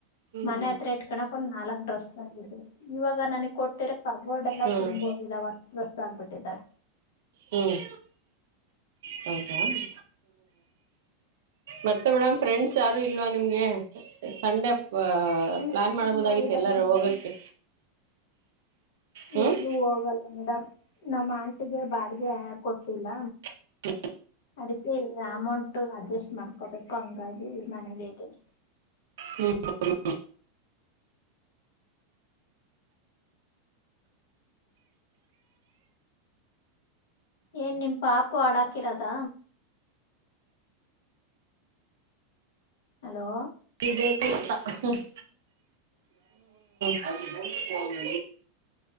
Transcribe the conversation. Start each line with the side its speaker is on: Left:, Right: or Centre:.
Right: ಹ್ಮ್
Left: ಮನೆ ಹತ್ರ ಇಟ್ಕೋಕ್ ಒಂದ ನಾಲ್ಕು ಡ್ರೆಸ್ ತಂದಿದ್ದೆ ಇವಾಗ ನನಗ್ ಕೊಟ್ಟಿರ ಕಬೋಡ್ ಎಲ್ಲ
Right: ಹ್ಮ್
Left: ತುಂಬು ಹೋಗಿದಾವೆ ಅಷ್ಟು ಡ್ರೆಸ್ ಆಗ್ಬಿಟ್ಟಿದೆ
Right: ಹ್ಮ್ ಹೌದ ಹ್ಮ್ ಮತ್ತೆ ಮೇಡಮ್ ಫ್ರೆಂಡ್ಸ್ ಯಾರು ಇಲ್ವಾ ನಿಮ್ಗೆ ಸಂಡೆ ಆ
Left: ಫ್ರೆಂಡ್ಸ್
Right: ಪ್ಲ್ಲಾನ್ ಮಾಡಬೋದಾಗಿತ್ತು
Left: ತುಂಬಾ ಇದ್ದಾರೆ
Right: ಎಲ್ಲಾರು
Left: ಮೇಡಮ್
Right: ಹೋಗಕ್ಕೆ ಹ್ಮ್
Left: ಎಲ್ಲೂ ಹೋಗಲ್ಲ ಮೇಡಮ್ ನಮ್ಮ ಆಂಟಿಗೆ ಬಾಡಿಗೆ ಕೊಟ್ಟಿಲ್ಲ
Right: ಹ <inaudible>
Left: ಅದಕ್ಕೆ ಅಮೌಂಟ್ ಅಡ್ಜಸ್ಟ್ ಮಾಡ್ಕೊಬೇಕು ಹಂಗಾಗಿ ಮನೆಗೆ ಇದ್ದೀನಿ
Right: ಹ್ಮ ಹ
Left: ಏನ್ ನಿಮ್ಮ ಪಾಪು ಹಾಡಕಿರೋದ ಹಲೋ
Right: ಸಿಗತ ಇ್ತ <inaudible> ಹ್ಮ್ ಹ್ಮ್